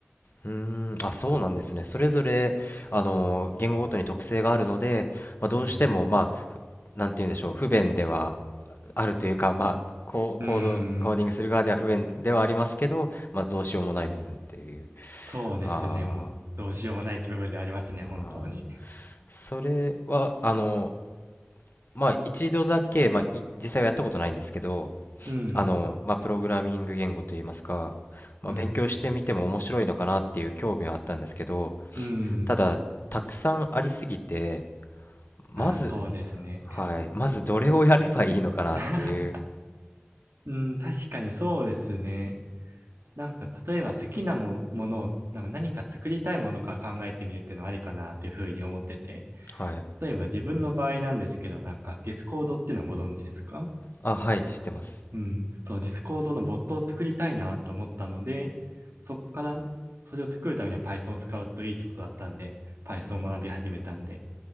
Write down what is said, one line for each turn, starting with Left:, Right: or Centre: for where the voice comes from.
Left: うーん。あ、そうなんですね。それぞれ、あの、言語ごとに特性があるので、まあ、どうしても、
Right: うん。
Left: まあ、なんて言うんでしょう、不便ではあるというか、まあ、コ、
Right: うー
Left: コード、コーディングする側では不便ではありますけど、
Right: ん。
Left: まあ、どうしようもない部分っていう。
Right: そうですね。
Left: あ
Right: もうどうしようもないって部分でありますね、
Left: ーあー。
Right: 本当に。
Left: それは、あの、まあ、一度だけ、まあ、い実際はやったことないんですけど、
Right: うん。
Left: あの、まあ、プログラミング言語といいますか、まあ、
Right: うん。
Left: 勉強してみても面白いのかなっていう興味はあったんですけど、
Right: うん。
Left: ただたくさんありすぎてまず
Right: ああ、そうですね。
Left: はいまずどれをやればいいのかなっていう
Right: <laughs> うん、確かにそうですね。なんか、例えば好きなも、ものを、なんか何か作りたいものから考えてみるっていうのはありかなっていうふうに思ってて。
Left: はい
Right: 例えば自分の場合なんですけど、なんかディスコードっていうのはご存知ですか
Left: あはい知ってます
Right: うん。そう、ディスコードのボットを作りたいなと思ったので、そこから、それを作るためには Python を使うといいってことだったんで、Python を学び始めたんで、